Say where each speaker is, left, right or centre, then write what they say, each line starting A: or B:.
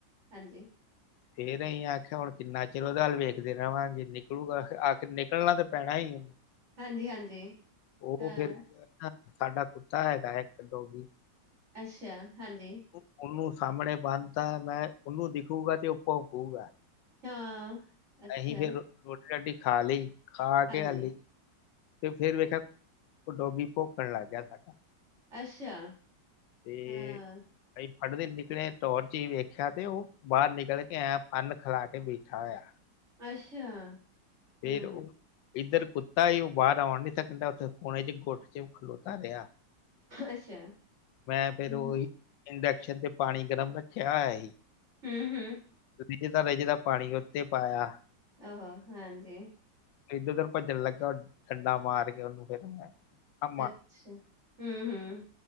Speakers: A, on the right; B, on the left.
A: ਹਾਂਜੀ।
B: ਫੇਰ ਅਸੀਂ ਆਖਿਆ ਹੁਣ ਕਿੰਨਾ ਚਿਰ ਉਹਦਾ ਹੱਲ ਵੇਖਦੇ ਰਹਾਂ ਜੇ ਨਿਕਲੂਗਾ ਆਖਿਰ ਨਿਕਲਣਾ ਤੇ ਪੈਣਾ ਉਹਨੂੰ
A: ਹਾਂਜੀ, ਹਾਂਜੀ, ਹਾਂ,
B: ਉਹ ਫਿਰ ਕੀ ਸਾਡਾ ਕੁੱਤਾ ਹੈਗਾ ਹੈ ਇੱਕ ਡੋਵੀ।
A: ਅੱਛਾ ਹਾਂਜੀ।
B: ਉਹਨੂੰ ਸਾਹਮਣੇ ਬਣਤਾ ਮੈਂ ਉਹਨੂੰ ਦਿਖੂਗਾ ਤੇ ਉਹ ਭੋਂਕੂਗਾ
A: ਹਾਂ, ਅੱਛਾ,
B: ਅਸੀਂ ਫੇਰ ਰੋਟੀ ਰੋਟੀ ਖਾ ਲਈ ਖਾ
A: ਹਾਂਜੀ,
B: ਕੇ ਹਲੀ ਤੇ ਫੇਿਰ ਵੇਖਿਆ ਉਹ ਡੋਗੀ ਭੋਕਣ ਲੱਗ ਗਿਆ ਸਾਡਾ।
A: ਅੱਛਾ,
B: ਤੇ
A: ਹਾਂ,
B: ਭਾਈ ਫੜਦੇ ਨਿਕਲੇ ਟੌਰ ਚ ਹੀ ਵੇਖਿਆ ਤੇ ਉਹ ਬਾਹਰ ਨਿਕਲ ਕੇ ਆਇਆ। ਅੰਨ ਖਿਲਾ ਕੇ ਬੈਠਾ ਹੋਇਆ।
A: ਅੱਛਾ।
B: ਫੇਰ
A: ਹੂੰ,
B: ਉਹ ਇੱਧਰ ਕੁੱਤਾ ਹੀ ਉਹ ਬਾਹਰ ਆਉਣ ਨੀ ਸਕਣਦਾ ਉੱਥੇ ਕੋਣੇ ਚ ਗੁੱਟ ਚ ਖਲੋਤਾ ਰਿਹਾ।
A: ਅੱਛਾ,
B: ਮੈਂ ਫੇਿਰ
A: ਹੂੰ,
B: ਉਹੀ ਇੰਡਕਸ਼ਨ ਤੇ ਪਾਣੀ ਗਰਮ ਰੱਖਿਆ ਹੈਆ ਹੀ।
A: ਹਮ ਹਮ।
B: ਰਜ ਦਾ ਰਹਿਜ ਦਾ ਪਾਣੀ ਉੱਥੇ ਪਾਇਆ।
A: ਆਜੋ ਹਾਂਜੀ।
B: ਐਧਰ ਧੋਧਰ ਭੱਜਣ ਲੱਗਾ ਡੰਡਾ ਮਾਰ ਕੇ ਉਹਨੂੰ ਫਿਰ ਮੈਂ। ਆ
A: ਅੱਛਾ ਹਮ ਹਮ।